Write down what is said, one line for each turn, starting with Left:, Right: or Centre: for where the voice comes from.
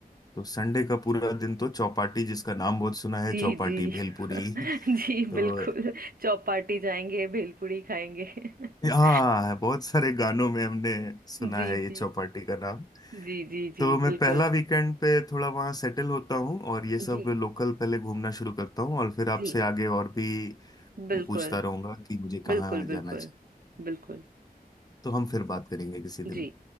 Left: तो संडे का पूरा दिन तो चौपाटी जिसका नाम बहुत सुना है
Right: जी
Left: चौपाटी
Right: जी
Left: भेलपुरी
Right: <laughs> जी
Left: <laughs> तो
Right: बिल्कुल चौपाटी जाएंगे भेलपूरी खाएंगे <laughs>
Left: हाँ बहुत सारे गानों में हमने सुना
Right: जी
Left: है ये
Right: जी
Left: चौपाटी का नाम
Right: जी जी जी
Left: तो मैं
Right: बिल्कुल
Left: पहला वीकेंड पे थोड़ा वहाँ सेटल होता हूँ और ये सब
Right: जी
Left: लोकल पहले घूमना शुरू करता हूँ और फिर आपसे
Right: जी
Left: आगे और भी
Right: बिल्कुल
Left: पूछता रहूंगा कि मुझे
Right: बिल्कुल
Left: कहाँ जाना
Right: बिल्कुल
Left: चाहिए
Right: बिल्कुल
Left: तो हम फिर बात करेंगे किसी दिन
Right: जी